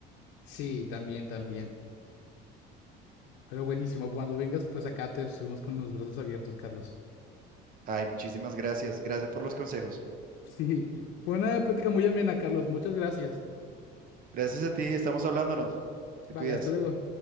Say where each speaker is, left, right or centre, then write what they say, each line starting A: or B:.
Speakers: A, on the left; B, on the right.
A: Sí, también, también. Pero buenísimo, cuando vengas, pues acá te recibimos con los brazos abiertos, Carlos.
B: Ay, muchísimas gracias. Gracias por los consejos.
A: Sí, fue una plática muy amena, Carlos. Muchas gracias.
B: Gracias a ti. Estamos hablándonos. Te
A: Vale,
B: cuidas.
A: hasta luego.